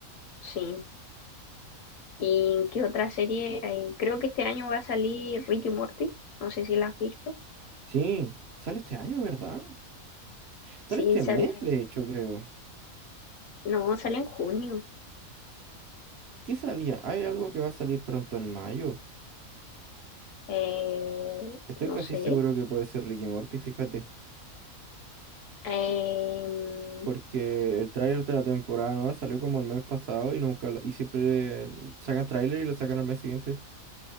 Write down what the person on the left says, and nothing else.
Sí. ¿Y qué otra serie? Eh, creo que este año va a salir Rick y Morty. No sé si la has visto.
Sí,
sale.
No, sale en junio.
Eh,
no
sé.
Em,